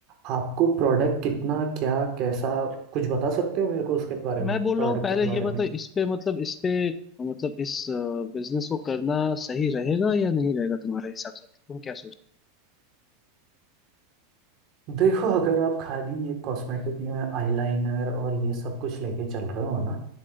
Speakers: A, on the right; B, on the left.
A: आपको प्रोडक्ट कितना क्या कैसा कुछ बता सकते हो मेरे को उसके बारे में
B: मैं बोल
A: प्रोडक्ट
B: रहा हूँ पहले
A: के बारे
B: ये बताओ
A: में कि
B: इस पे मतलब इस पे मतलब इस बिजनेस को करना सही रहेगा या नहीं रहेगा तुम्हारे हिसाब से तुम क्या
A: देखो अगर आप खाली ये कॉस्मेटिक में आईलाइनर और ये सब कुछ लेके चल रहे हो ना